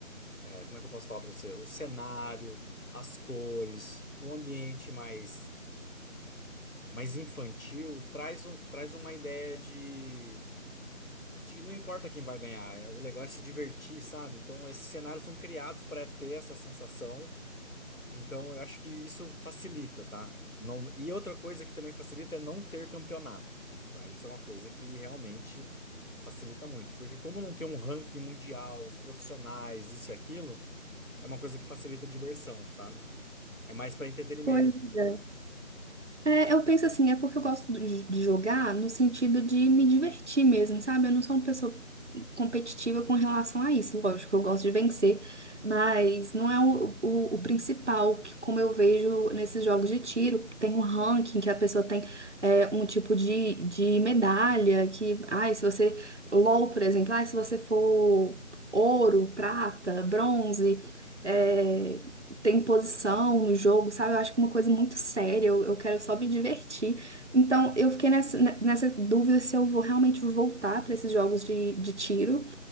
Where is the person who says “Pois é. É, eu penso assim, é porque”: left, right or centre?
Right